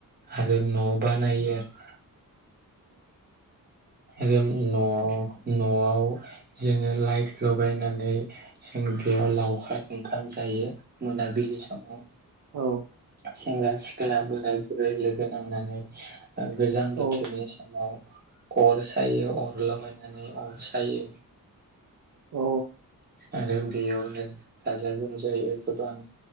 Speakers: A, on the right (about 25°); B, on the right (about 55°).
A: आरो न' बानायो आरो। आरो न' न'आव जोङो लाइट लगायनानै जों बेयाव लावखार ओंखाम जायो मोनाबिलि समाव।
B: औ
A: सेंग्रा सिख्ला बोराय बुरै लोगो नांनानै ओ गोजां
B: औ
A: बोथोरनि समाव अर सायो अर लगायनानै अर सायो।
B: औ
A: आरो बेयावनो गाजा गोमजायै गोबां